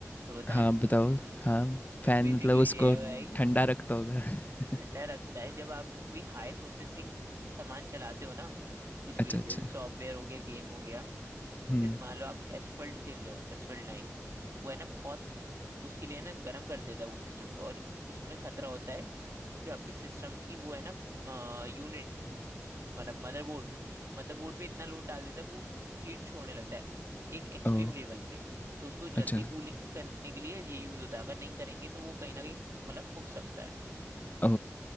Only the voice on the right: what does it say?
तो बताएं
<laughs>
बेसिकली
ये है भाई
ठंडा रखता है जब आप कोई हाई प्रोसेसिंग सामान चलाते हो ना कुछ
भी
जैसे सॉफ्टवेयर हो गया गेम हो गया
जैसे मान लो आप एसफल्ट खेल लो एसफल्ट लाइन वो है ना बहुत उसके लिए ना गर्म कर देता है वो सिस्टम को और उसमें खतरा होता है जो आपकी सिस्टम की वो है ना यूनिट मतलब मदरबोर्ड मदरबोर्ड पे इतना लोड डाल देता है वो हीट छोड़ने लगता है एक एक्सट्रीम
लेवल पे तो उसको जल्दी
कूल करने के लिए ये यूज होता है अगर नहीं करेंगे तो वो कहीं ना कहीं मतलब फूक सकता है